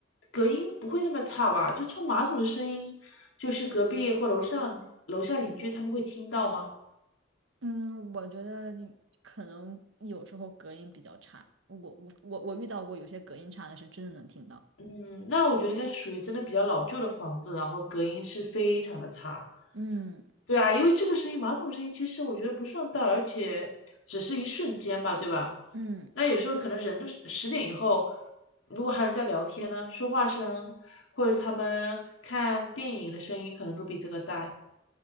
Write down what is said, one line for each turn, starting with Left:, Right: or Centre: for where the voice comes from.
Left: 隔音不会那么差吧？就冲马桶的声音，就是隔壁或楼上楼下邻居他们会听到吗？
Right: 嗯，我觉得可能有时候隔音比较差，我我我我遇到过有些隔音差的，是真的能听到。
Left: 嗯，那我觉得应该是属于真的比较老旧的房子，然后隔音是非常的差。
Right: 嗯
Left: 对啊，因为这个声音，马桶声音其实我觉得不算大，而且只是一瞬间吧，对吧？
Right: 嗯，
Left: 那有时候可能人的十点以后，如果还有人在聊天呢，说话声或者他们看电影的声音，可能都比这个大。